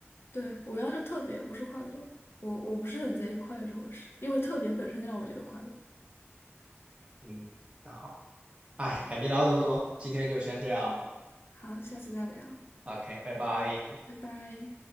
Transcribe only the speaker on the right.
嗯，那好，哎，感觉聊了这么多，今天就先这样吧。
OK，拜拜。